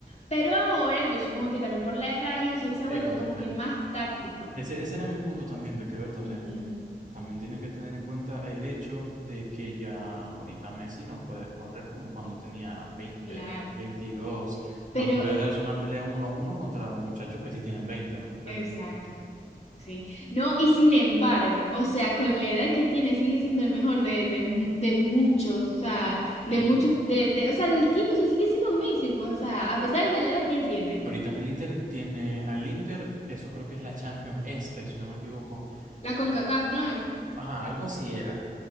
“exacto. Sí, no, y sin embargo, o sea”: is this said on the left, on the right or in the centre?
Left